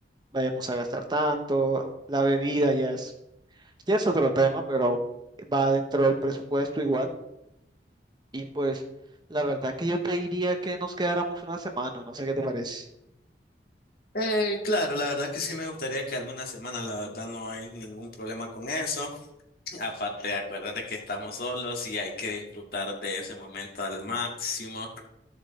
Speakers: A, on the right; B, on the left.
A: vayamos a gastar tanto, la bebida ya es, ya es otro tema, pero va dentro del presupuesto igual. Y pues la verdad que yo te diría que nos quedáramos una semana, no sé qué te <laughs> parece.
B: Eh, claro, la verdad que sí me gustaría quedarme una semana, la verdad no hay ningún problema con eso. Aparte, acuérdate que estamos solos y hay que disfrutar de ese momento al máximo.